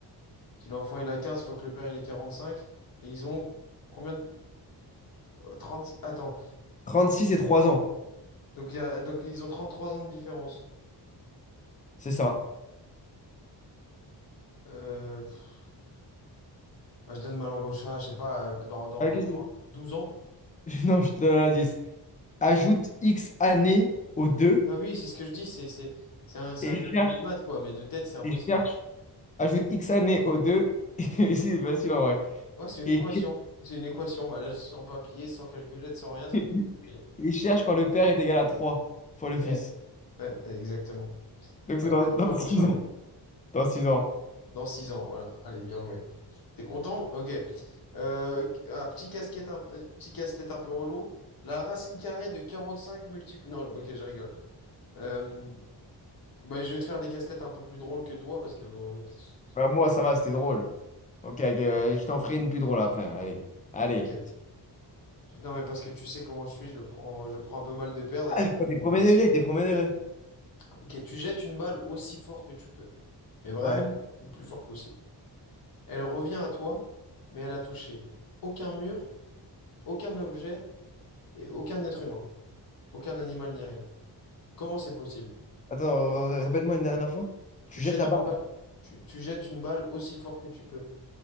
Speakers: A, on the left; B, on the left.
A: Si l'enfant, il a quinze faut que le père, il ait quarante cinq Et ils ont... Combien de... 30... Attends.
B: 36 et trois ans.
A: Donc, il y a... Donc ils ont trente trois ans de différence.
B: C'est ça.
A: Euh... pff, bah, je donne ma langue au chat, je sais pas, euh, dans, dans,
B: Ah, qu'est-ce
A: dans
B: que-
A: 12 ans.
B: <laughs> Non, je te donne un indice. Ajoute X années aux deux
A: Ah oui, c'est ce que je dis, c'est c'est c'est un, c'est
B: et
A: un calcul
B: cherche,
A: de maths, quoi, mais de tête, c'est impossible.
B: et cherche. Ajoute X années aux deux. <laughs> Et si, c'est facile en vrai.
A: Ouais, c'est une
B: Et,
A: équation. C'est une équation, voilà, sans papier, sans calculette, sans rien, ça
B: <laughs>
A: va être compliqué.
B: et cherche quand le père est égal à 3 fois le
A: Ouais,
B: fils.
A: ouais, exactement.
B: Donc c'est
A: Bah,
B: dans,
A: je donne
B: dans
A: ma langue
B: 6
A: au chat.
B: ans. Dans 6 ans.
A: Dans 6 ans, voilà. Allez, bien joué. T'es content? Ok. Euh, un petit casquette, un, euh, petit casse-tête un peu relou. La racine carrée de 45 multiples. Non, ok, je rigole. Euh, bah, je vais te faire des casse-têtes un peu plus drôles que toi parce que. bon, qu'est-ce-
B: Bah, moi, ça va, c'était drôle. Ok, ok, euh, je t'en ferai une plus drôle après. Allez. Allez.
A: Ok. tu- Non, mais parce que tu sais comment je suis, je le prends, je prends un peu mal de perdre et
B: Oh,
A: ça me
B: T'es
A: fait
B: premier
A: bien.
B: degré, t'es premier degré.
A: Ok, tu jettes une balle aussi fort que tu peux, mais vraiment
B: Ouais.
A: le plus fort possible. Elle revient à toi, mais elle a touché aucun mur, aucun objet et aucun être humain. Aucun animal ni rien. Comment c'est possible?
B: Attends, r- répète-moi une dernière fois. Tu
A: Tu
B: jettes
A: jettes
B: la balle?
A: une balle, tu, tu jettes une balle aussi fort que tu peux.